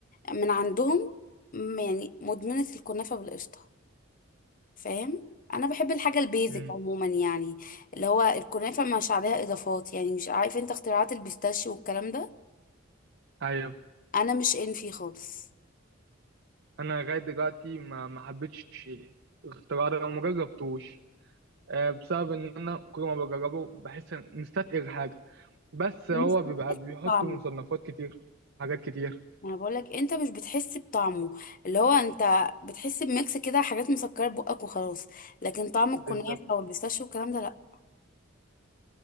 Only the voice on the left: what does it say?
من عندهم م- يعني مدمنة الكنافة بالقشطة فاهم انا بحب الحاجة البيزك
عموما يعني اللي هو الكنافة مش عليها اضافات يعني مش عارف انت اختراعات البيستاشيو والكلام ده
انا مش ان فيه خالص
مش
بطعمه
انا بقول لك انت مش بتحس بطعمه اللي هو انت بتحس بميكس كده حاجات مسكره بقك وخلاص لكن طعم الكنافه
والبيستاشيو والكلام ده لا